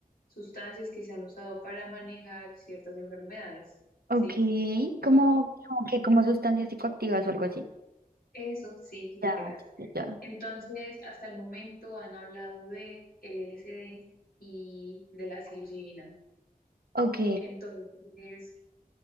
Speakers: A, on the left (about 80°); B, on the right (about 85°).
A: sustancias que se han usado para manejar ciertas enfermedades, ¿sí?
B: Ok, como, como que como sustancias psicoactivas o algo así.
A: Eso sí, literal.
B: Ya, ya, ya.
A: Entonces, hasta el momento han hablado de el LSD y de la psilocibina.
B: Ok.
A: Entonces,